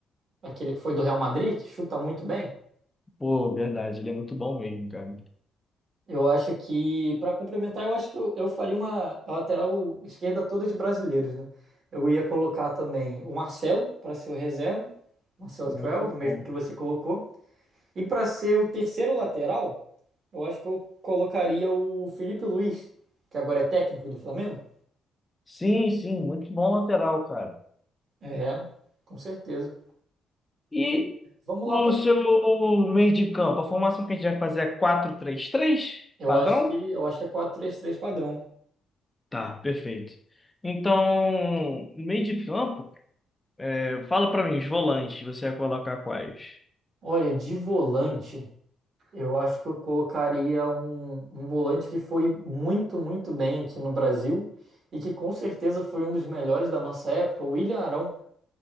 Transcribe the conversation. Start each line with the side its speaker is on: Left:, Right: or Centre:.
Right: aquele que foi do Real Madrid, que chuta muito bem.
Left: Pô, verdade, ele é muito bom mesmo, cara.
Right: Eu acho que, para complementar, eu acho que eu, eu faria uma a lateral esquerda toda de brasileiros, né? Eu ia colocar também o Marcelo para ser o reserva, Marcelo
Left: Muito
Right: 12, o mesmo
Left: bom.
Right: que você colocou. E para ser o terceiro lateral, eu acho que eu colocaria o Felipe Luiz, que agora é técnico do Flamengo.
Left: Sim, sim, muito bom lateral, cara.
Right: É, com certeza.
Left: E
Right: Vamos
Left: o
Right: lá para.
Left: seu meio de campo, a formação que a gente vai fazer é 4 três 3
Right: Eu
Left: padrão?
Right: acho que eu acho que é quatro três três padrão.
Left: Tá, perfeito. Então, meio de campo, é, fala pra mim, os volantes, você vai colocar quais?
Right: Olha, de volante, eu acho que eu colocaria um, um volante que foi muito, muito bem aqui no Brasil e que com certeza foi um dos melhores da nossa época, o William Arão,